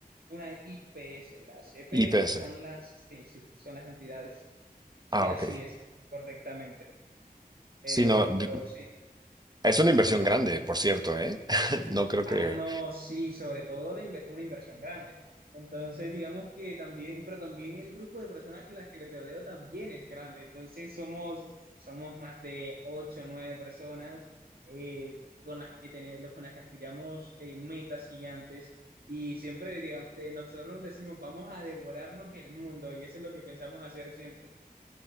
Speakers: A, on the right; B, on the right.
A: Una IPS, las EPS
B: IPS.
A: son las, sí, sí, son las entidades. Sí,
B: Ah,
A: así
B: ok.
A: es, correctamente. Eh,
B: Sí, no, di-
A: pero sí.
B: es una inversión
A: eh,
B: grande, por cierto, ¿eh? <laughs> No creo
A: ah,
B: que...
A: no, sí, sobre todo la inve- una inversión grande. Entonces, digamos que también, pero también el grupo de personas con las que me rodeo también es grande. Entonces, somos, somos más de ocho o nueve personas eh, con las que tenemos, con las que aspiramos eh, metas gigantes. Y siempre, digamos, de nosotros nos decimos, vamos a devorarnos el mundo. Y eso es lo que pensamos hacer siempre.